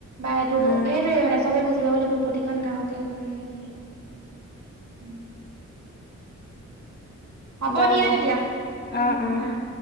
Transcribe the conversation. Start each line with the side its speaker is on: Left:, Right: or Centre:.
Right: বা এইটো
Left: উম
Right: সেইটোয়ে মানে চবে। বুজিবাব লাগিব প্ৰতিখন গাঁৱতে ধ আহিব লাগিব উম, হ'ব
Left: বাৰু
Right: দিয়া তেতিয়া
Left: অ
Right: উম
Left: অ
Right: বাৰু।